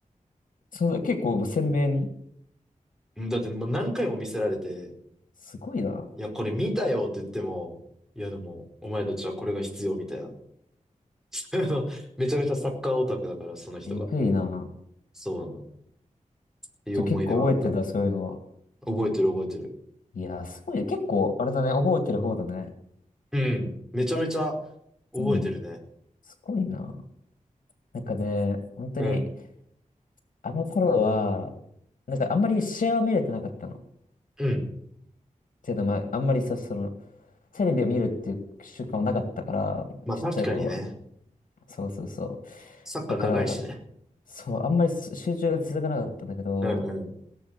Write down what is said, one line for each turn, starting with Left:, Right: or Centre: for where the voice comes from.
Left: その、結構鮮明に。
Centre: うんだってもう何回も見せられて、
Left: すごいな。
Centre: いや、これ見たよって言っても、いやでも、お前たちはこれが必要みたいな。<laughs> あのめちゃめちゃサッカーオタクだから、その人が。
Left: えぐいな。
Centre: そうなの。っていう思い出はあるかな。
Left: じゃあ結構覚えてたそういうのは。
Centre: 覚えてる覚えてる。
Left: いやー、すごいね。結構、あれだね、覚えてる方だね。
Centre: うん。めちゃめちゃ
Left: 結構、
Centre: 覚えてるね。
Left: うん。すごいな。なんかね、本当に、
Centre: うん。
Left: あの頃は、なんかあんまり試合は見れてなかったの。っ
Centre: うん。
Left: ていうのは、まあ、あんまりさ、その、テレビを見るっていう習慣はなかったから、
Centre: まあ確かにね。
Left: ちっちゃい頃は。そうそうそう。
Centre: サッカー長いしね。
Left: だから、そう、あんまり集中が続かなかったんだけど、
Centre: うんうん。